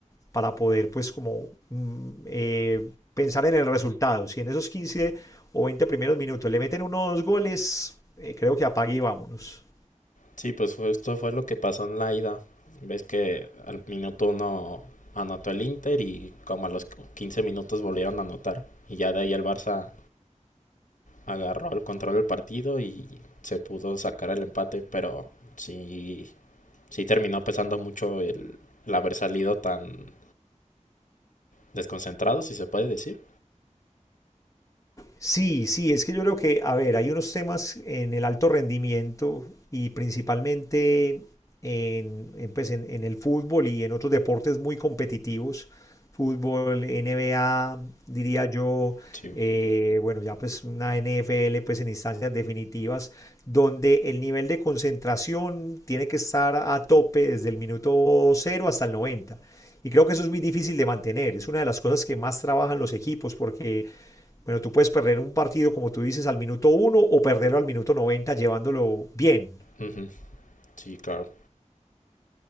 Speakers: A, on the left (about 25°); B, on the left (about 80°).
A: para poder pues como mm, eh, pensar en el resultado. Si en esos 15 o 20 primeros minutos le meten unos goles, eh, creo que apague y vámonos.
B: sí, pues fue- esto fue lo que pasó en la ida. Ves que al minuto uno anotó el Inter y como a los 15 minutos volvieron a anotar. Y ya de ahí el Barça agarró el control del partido y se pudo sacar el empate, pero sí, sí terminó pesando mucho el, el haber salido tan desconcentrado, si se puede decir.
A: Sí, sí, es que yo creo que, a ver, hay unos temas en el alto rendimiento y principalmente en, en, pues, en, en el fútbol y en otros deportes muy competitivos, fútbol, NBA, diría yo,
B: Sí,
A: eh, bueno, ya pues una NFL pues en instancias definitivas, donde el nivel de concentración tiene que estar a tope desde el minuto cero hasta el noventa, Y creo que eso es muy difícil de mantener. Es una de las cosas que más trabajan los equipos porque bueno, tú puedes perder un partido, como tú dices, al minuto uno o perderlo al minuto 90 llevándolo bien,
B: ujú, sí, claro.